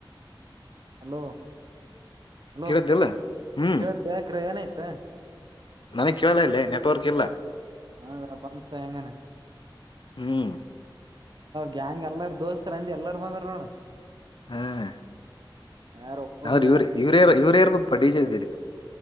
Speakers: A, on the right; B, on the left.
A: ಹಲೋ ಹಲೋ
B: ಕೇಳಿದ್ದಿಲ್ಲ ಹ್ಮ್
A: ಕೇಳ್ದ್ ಬಕ್ರ ಏನಾಯ್ತ
B: ನನಗ್ ಕೇಳಲ್ಲ ಇಲ್ಲ ನೆಟ್ವರ್ಕ್ ಎಲ್ಲ
A: ಹೌದ ಬಂತ ಹೆಂಗಾನ
B: ಹ್ಮ್
A: ಗ್ಯಾಂಗ್ ಎಲ್ಲಾರ ದೋಸ್ತರ ಅಂದ ಎಲ್ಲಾರ ಬಂದ್ರ ನೋಡ
B: ಹ್ಮ್
A: ಯಾರ ಒಬ್ಬರು
B: ಆದ್ರ ಇವ್ರರು ಇವ್ರ ಯ ಇವ್ರ ಯಾರ ಪಡಜದ್ ಬೇರೆ